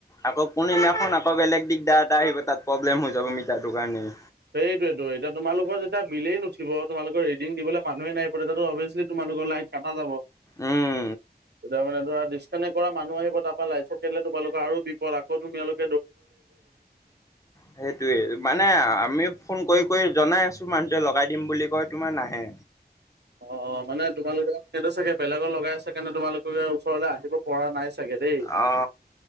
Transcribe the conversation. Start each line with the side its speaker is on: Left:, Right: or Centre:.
Left: আকৌ কোনেনাখনোন আকৌ বেলেগ দিগদাৰ এটা আহিব তাত প্ৰব্লেম হৈ যাব মিটাৰটোৰ কাৰণে।
Right: সেইটোয়েতটো এতিয়া তোমালোকৰ যেতিয়া বিলেই নুঠিব তোমালোকৰ ৰিডিং দিবলৈ মানুহে নাইিব। অবভিয়াছলি তোমালোকৰ লাইট কটা যাব,
Left: উম
Right: তাৰমানে ধৰা ডিছকানেক্ট। কৰা মানুহ আহিব তাৰ পৰা লাইছ কেলে তোমালৰ আৰু বিপদ আকৌ তুমিালোকে
Left: সেইটোৱে মানে আমি ফোন কৰি কৰি জনাই আছো মানুহটোৱে লগাই দিম বুলি কয় তোমাৰ নাহে।
Right: অ' অ' মানে তোমালোকে চাগে বেলেগত লগাই আছে কাৰণে তোমালোকৰ ওচৰলে আহিব পৰা নাই চাগে দেই।
Left: অ